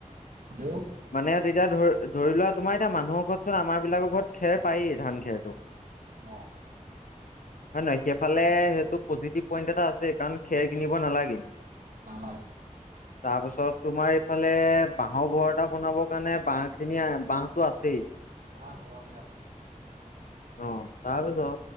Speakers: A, on the right (about 85°); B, on the left (about 75°).
A: হ'লেও
B: মানে তেতিয়া ধৰি ধৰি লোৱা তোমাৰ এতিয়া মানুহক চোন আমাৰ বিলাকৰ ঘৰত খেৰ পায়েই ধান খেৰটো।
A: অ
B: হয় নহয় সেইফালে সেইটো পজিটিভ পইণ্ট এটা আছেই কাৰণ খেৰ কিনিব নালাগে।
A: নালাগে
B: তাৰপিছত তোমাৰ এই ফালে বাঁহৰ ঘৰ এটাও <unintelligible> কাৰণে বাহঁ খিনি বাহঁটো আছেই।
A: বা ঘৰতে আছে
B: অ' তাৰপিছত